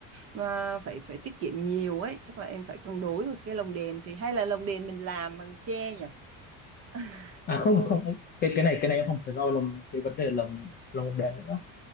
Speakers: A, on the right; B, on the left.
A: mà phải phải tiết kiệm nhiều ấy chắc là em phải cân đối được cái lồng đèn thì hay là lồng đèn mình làm bằng tre nhỉ <laughs>
B: à không không anh- cái cái này cái này em không phải lo lồng cái vấn đề lồng lồng đèn nữa